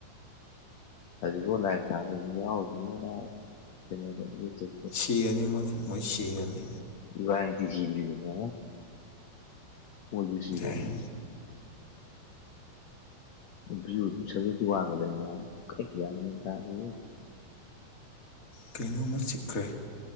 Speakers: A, on the left; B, on the left.
A: ꯍꯧꯖꯤꯛꯐꯥꯎ ꯂꯥꯏꯛ ꯊꯕꯥ ꯃꯤꯡꯌꯥꯎꯔꯤꯌꯦ ꯀꯩꯅꯣꯗ ꯌꯨꯇꯨꯞꯇ
B: ꯁꯤꯔꯥꯅꯤ ꯃꯣꯏ ꯁꯤꯔꯅꯤ
A: ꯢꯕꯥꯅꯤꯗꯤ ꯁꯤꯗ꯭ꯔꯤꯗꯅ ꯃꯣꯢꯁꯨ ꯁꯤꯔꯣꯢ
B: ꯑꯦ
A: ꯕꯤꯌꯨꯗꯤ ꯁꯥꯕꯦꯟꯇꯤ ꯋꯥꯟ ꯂꯩꯌꯦ ꯒ꯭ꯌꯥꯟ ꯃꯦꯟ ꯇꯥꯗꯦꯍꯦ
B: ꯀꯩꯅꯣꯝꯃ ꯆꯤꯛꯈ꯭ꯔꯦ